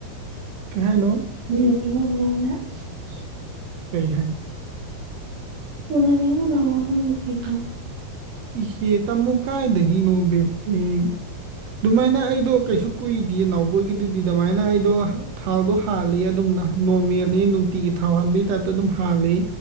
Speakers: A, on the right; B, on the right.
A: ꯀꯩꯍꯥꯏꯅꯣ
B: ꯎꯅꯅꯤꯡ <inaudible>
A: ꯀꯩ ꯍꯥꯏ
B: ꯎꯅꯅꯤꯡ ꯎꯅꯧꯔꯣ ꯅꯪ ꯅꯨꯄꯤꯗꯣ
A: ꯏꯍꯦ ꯇꯥꯃꯣ ꯀꯥꯏꯗꯒꯤꯅꯣ ꯕꯦꯄꯤ ꯑꯗꯨꯃꯥꯏꯅ ꯑꯩꯗꯣ ꯀꯩꯁꯨ ꯀꯨꯏꯗꯦ ꯅꯥꯎꯕꯣꯏꯒꯤꯗꯨꯗꯤ ꯑꯗꯨꯃꯥꯏꯅ ꯑꯩꯗꯣ ꯊꯥꯎꯗꯣ ꯍꯥꯜꯂꯤ ꯑꯗꯨꯝ ꯅꯣꯔꯃꯦꯜꯅꯤ ꯅꯨꯡꯇꯤꯒꯤ ꯊꯥꯎ ꯍꯥꯟꯕꯒꯤ ꯇꯥꯏꯞꯇ ꯑꯗꯨꯝ ꯍꯥꯜꯂꯤ